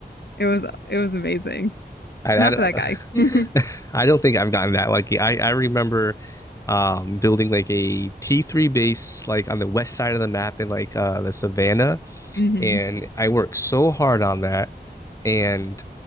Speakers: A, on the left; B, on the left.
A: it was it was amazing.
B: I,
A: Not
B: I don't
A: for that guy. <laughs>
B: <laughs> I don't think I've gotten that lucky. I I remember um building like a T3 base like on the west side of the map in like uh the savannah
A: hmm
B: and I worked so hard on that and